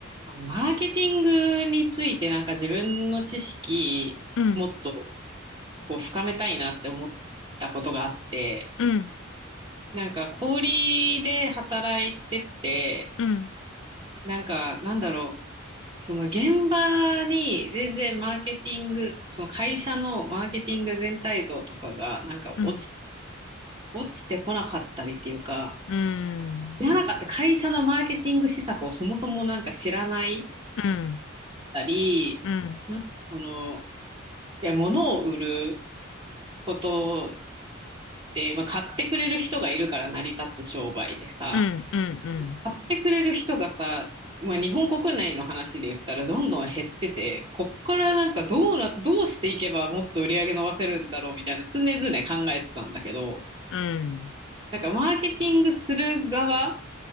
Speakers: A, on the right; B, on the left.
A: あの、マーケティングについてなんか自分の知識もっと
B: うん、
A: こう深めたいなって思ったことがあって、
B: うん、
A: なんか小売りで働いてて、
B: うん、
A: なんかなんだろう、その現場に全然マーケティング、その会社のマーケティング全体像とかがなんか落ち、
B: うん、
A: 落ちてこなかったりっていうか、
B: うん、うん、
A: 知らなかった会社のマーケティング施策をそもそもなんか知らないっ
B: うん、
A: たり、
B: うん、
A: なんかその、いや、物を売ることって、まあ、買ってくれる人がいるから成り立つ商売でさ、
B: うん、うん、うん、
A: 買ってくれる人がさ、まあ、日本国内の話で言ったらどんどん減ってて、こっからなんかどうな、どうしていけばもっと売り上げ伸ばせるんだろうみたいな常々考えてたんだけど、
B: うん、
A: なんかマーケティングする側っ